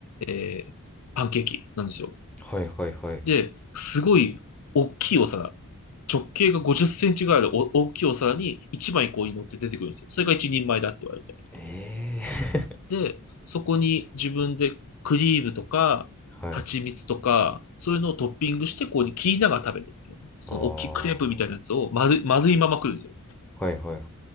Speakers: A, on the left; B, in the centre.
A: えーパンケーキなんですよ。
B: はいはいはい。
A: で、すごい大きいお皿、直径が50センチぐらいのお大きいお皿に1枚こうに乗って出てくるんですよ。それが一人前だって言われて。
B: ええ
A: で、そこに自分でクリームとか、
B: ー、はい。
A: 蜂蜜とか、そういうのをトッピングして、こうに切りながら食べるその大きいクレープみたいなやつを丸い、
B: ああ、は
A: 丸いまま食るんですよ。
B: いはいはい。